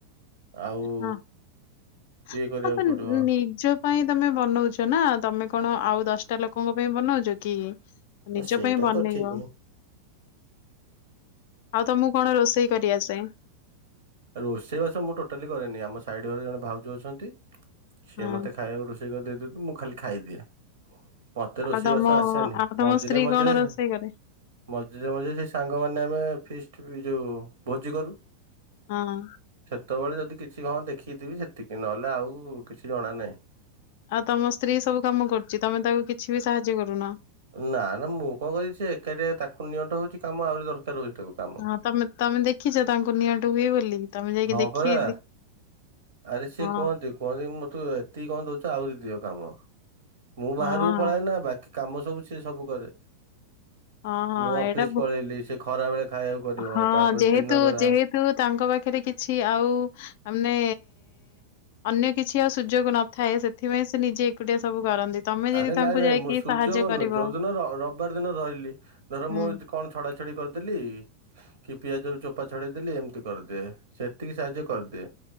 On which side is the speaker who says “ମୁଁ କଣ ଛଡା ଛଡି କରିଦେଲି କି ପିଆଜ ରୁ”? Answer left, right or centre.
Right